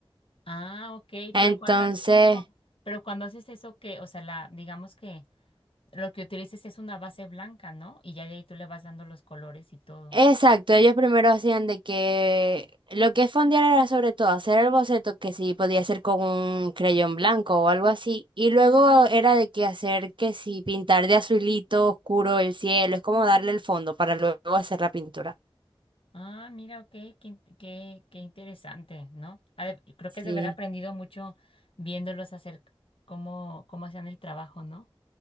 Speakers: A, on the left (about 65°); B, on the right (about 55°).
A: Ah, ok.
B: Entonces,
A: Pero cuando haces eso, pero cuando haces eso que, o sea, la, digamos que lo que utilices es una base blanca, ¿no? Y ya de ahí tú le vas dando los colores y todo.
B: Exacto, ellos primero hacían de que lo que es fondear era sobre todo hacer el boceto que sí podía hacer con un creyón blanco o algo así, y luego era de que hacer que sí pintar de azulito oscuro el cielo, es como darle el fondo para luego hacer la pintura.
A: Ah, mira, ok, qué, in- qué, qué interesante, ¿no? Ha de- creo
B: Sí.
A: que es de haber aprendido mucho viéndolos hacer cómo, cómo hacían el trabajo, ¿no?